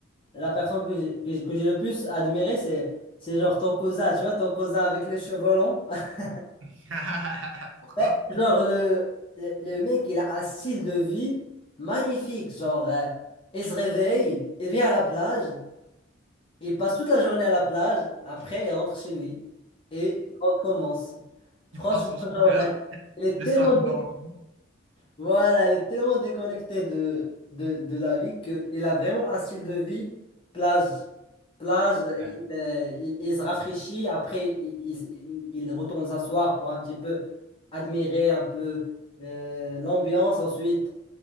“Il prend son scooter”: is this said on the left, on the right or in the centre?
Right